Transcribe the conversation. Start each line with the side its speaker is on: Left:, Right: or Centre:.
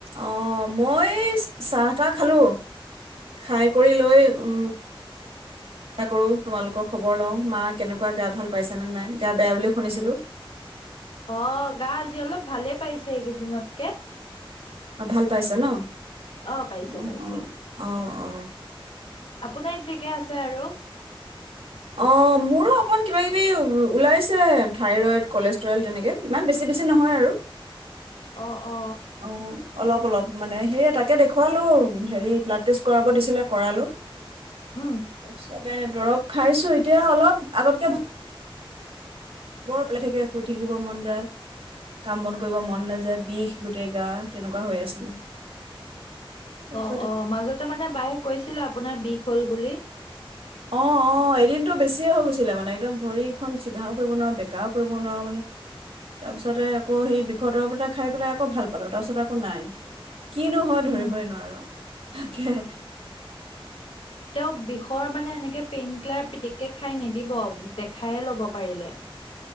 Right: অ মই এই চাহ তাহ খালো খাই কৰি লৈ উম উ <inaudible> কৰো তোমালোকৰ খবৰ লওঁ মা কেনেকুৱা গা ভাল পাইছেনে নাই গা বেয়া বুলি শুনিছিলো
Left: অ গা আজি অলপ ভালে পাইছে এইগিনিদত কে
Right: অ ভাল পাইছে ন
Left: অহ পাইছে
Right: অ
Left: পাইছে
Right: অ অ অ
Left: আপোনাৰ ঠিকে আছে আৰু
Right: অ মোৰো অকমান কিবা কিবি ওলাইছে থাইৰইড কলেষ্ট্ৰল তেনেকে ইমান বেছি বেছি নহয় আৰু
Left: অ অ
Right: অ অলপ অলপ মানে সেই তাকে দেখুৱালো হেৰি ব্লাড টেষ্ট কৰাব দিছিলে কৰালো <unintelligible>
Left: উম
Right: তাৰপিছতে দৰৱ খাইছো এতিয়া অলপ আগতকে ভাল বৰ শুই থাকিব মন যায় কাম বন কৰিব মন নাযায় বিষ গোটেই গা তেনেকুৱা হৈ আছিলে তাৰপিছত
Left: অ অ মাজতে মানে বায়ে কৈছিলে আপোনাৰ বিষ হল বুলি
Right: অ অ এদিনটো বেছিয়ে হৈ গৈছিলে মানে একদম ভড়ীখন চিধাও কৰিব নোৱাৰো বেকাৰও কৰিব নোৱাৰো মানে তাৰ পিছতে আকৌ সেই বিষৰ দৰৱ এটা খাই পেলাই আকৌ ভাল পালো তাৰ পিছত আকৌ নাই কিনো হয় ধৰিবই
Left: উম
Right: নোৱাৰো তাকে
Left: তেওঁক বিষত মানে এনেকে পেইন কিলাৰ পিটিককে খাই নিদিব দেখায়ে লব পাৰিলে